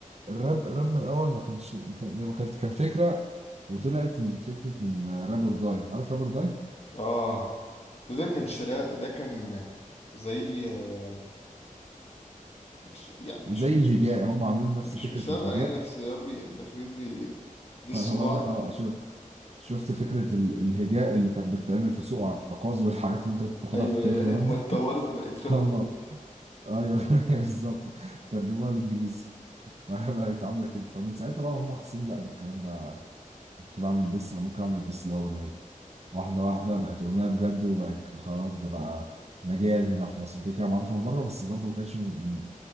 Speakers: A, on the right; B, on the left.
A: الراب الراب من الاول ما كانش ما كان يعني ما كانت كان فكرة وطلعت من فكرة من رابر داي عارف رابر داي
B: آه ده ده كان شراء ده كان زي آه، مش- يعني
A: زي
B: مش مش
A: الهجاء
B: مش
A: هم عاملين نفس
B: مش
A: فكرة
B: مسابقة
A: الهجاء
B: يعني بس هو بي- داخلين بي
A: <laughs>
B: دسوا
A: فانا
B: بعض
A: بقول لك اه شفت فكرة ال- الهجاء اللي كانت بتتعمل في سوق عكاظ والحاجات اللي انت كنت بتاخدها
B: أيوة
A: في التاريخ
B: أيوة
A: زمان
B: أيوة، هما
A: دي
B: اتطورت
A: <laughs>
B: بقت رابر
A: هما
B: ده
A: ايوه <laughs> بالظبط ترجموها للانجليزي فبقت <laughs> عاملة كده فمن ساعتها بقى هم حاسين لا ده الكلام ده كنت بعمل ديس انا ممكن اعمل ديس ده اغنية واحدة واحدة بقت اغنية بجد وبقت خلاص ده بقى مجال هنا في مصر كده كده معروفة من بره بس برضه ما كانش من- من-